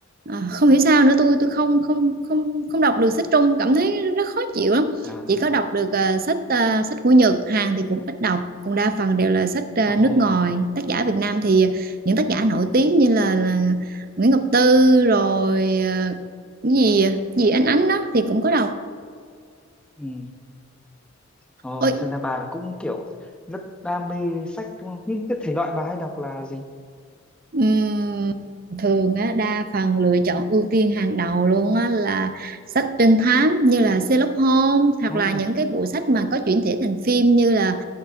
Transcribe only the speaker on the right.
ờ, không hiểu sao nữa tôi tôi không không không không đọc được sách Trung cảm thấy nó khó chịu lắm
chỉ có đọc được ờ, sách ờ, sách của Nhật Hàn thì cũng ít đọc còn đa phần đều là sách ờ,
nước
ngoài tác giả Việt Nam thì những tác giả nổi tiếng như là, là Nguyễn Ngọc Tư rồi ờ, cái gì gì Ánh Ánh đó thì cũng có đọc
ôi
ừm, thường á, đa phần lựa chọn ưu tiên hàng đầu luôn á, là sách trinh thám như là Sherlock Holmes hoặc
là những cái bộ sách mà có chuyển thể thành phim như là